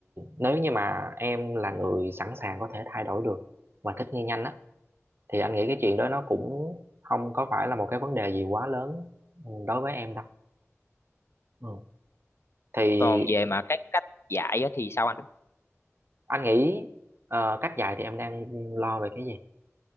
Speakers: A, on the right; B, on the left.
A: nếu như mà em là người sẵn sàng có thể thay đổi được và thích nghi nhanh á thì anh nghĩ cái chuyện đó nó cũng không có phải là một cái vấn đề gì quá lớn ừ, đối với em đâu ừ. thì
B: Còn về mà cái cách dạy á thì sao anh?
A: anh nghĩ ờ, cách dạy thì em đang lo về cái gì